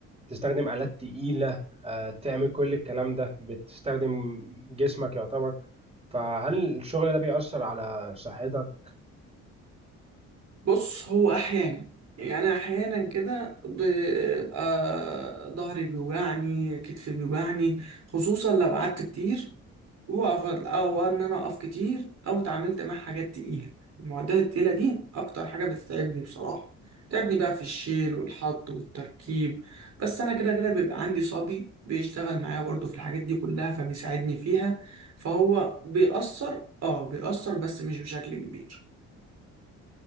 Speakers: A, on the right; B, on the right.
A: تستخدم آلات تقيلة آه، تعمل كل الكلام ده بتستخدم جسمك يعتبر فهل الشغل ده بيأثر على صحتك
B: بص هو احيانا يعني احيانا كده بيبقى ظهري بيوجعني كتفي بيوجعني خصوصا لو قعدت كتير واقف او ان انا اقف كتير او اتعاملت مع حاجات تقيله المعدات التقيله دي اكتر حاجه بتتعبني بصراحه بتتعبني بقى في الشيل والحط والتركيب بس انا كده كده بيبقى عندي صبي بيشتغل معايا برضو في الحاجات دي كلها فبيساعدني فيها فهو بيأثر اه بيأثر بس مش بشكل كبير